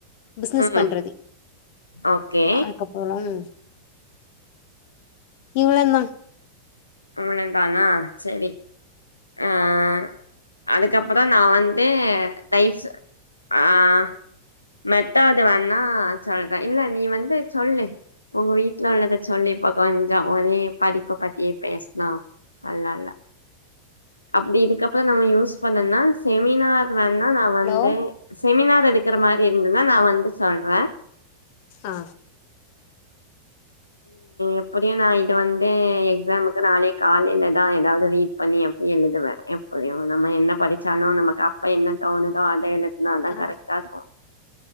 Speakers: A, on the left; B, on the left.
A: பிசினஸ்
B: ம்
A: பண்றது
B: ஓகே
A: அதுக்கப்புறம் இவளதா
B: அவ்ளவ்தானா சரி ஆ ஆ அதுக்கப்புற நா வந்து ஆ தயிரு ஆ ஆ மேட்டவது வேணா சொல்ற இல்ல நீ வந்து சொல்லு உங்க வீட்டுல உள்ளதை சொல்லி கொஞ்சம் ஒரே படிப்ப பத்தியே பேசினா அல்லா அல்லா அப்படி இதுக்கப்பம் நம்ம யூஸ் பண்ணோம்னா செமினார் வேன்னா நான் வந்து
A: ஹலோ
B: செமினார் எடுக்கிற மாதிரி இருந்தன்னா நான் வந்து சொல்றே
A: ஆ
B: எப்படியோ நான் இது வந்து எக்ஸாமூக் நாளைக்கு காலையில தான் ஏதாவது ரீட் பண்ணி எப்படி எழுதுவேன் எப்பயும் நம்ம என்ன படிச்சாலும் நமக்கு அப்பா என்ன தோணு அதே எழுதுன தா
A: ஆ
B: கரெக்டா இருக்கு